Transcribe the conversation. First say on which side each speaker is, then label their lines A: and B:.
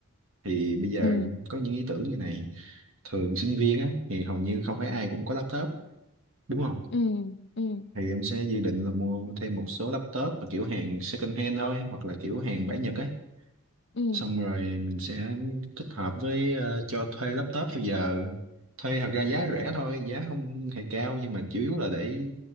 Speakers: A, on the right; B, on the left.
A: Thì bây giờ
B: ừ
A: có những ý tưởng như này. Thường sinh viên á thì hầu như không phải ai cũng có laptop, đúng không?
B: ừ ừ
A: Thì em sẽ dự định là mua thêm một số laptop mà kiểu hàng second hand thôi hoặc là kiểu hàng bãi Nhật ấy
B: ừ
A: xong rồi mình sẽ tích hợp với ờ, cho thuê laptop theo giờ thuê thật ra giá rẻ thôi giá không hề cao nhưng mà chủ yếu là để